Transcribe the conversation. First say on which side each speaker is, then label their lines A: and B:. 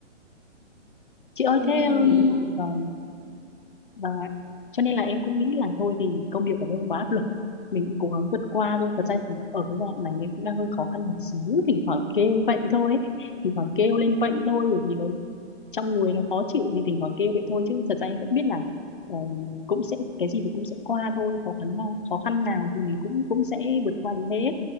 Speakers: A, on the left (about 45°); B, on the left (about 30°).
A: Chị ơi
B: cho nên
A: thế
B: chị
A: ừm,
B: nghĩ là
A: vâng, vâng ạ. Cho nên là em cũng nghĩ là thôi thì công việc ở đâu quá áp lực, mình cũng cố gắng vượt qua thôi. Thật ra thì ở cái đoạn này em cũng đang hơi khó khăn một xíu, thỉnh thoảng kêu vậy thôi ấy. Thỉnh thoảng kêu lên vậy thôi bởi vì nó trong người nó khó chịu thì thỉnh thoảng kêu vậy thôi chứ thật ra em cũng biết là ờ, cũng sẽ cái gì thì cũng sẽ qua thôi khó khăn nào khó khăn nào thì mình cũng cũng sẽ vượt qua được hết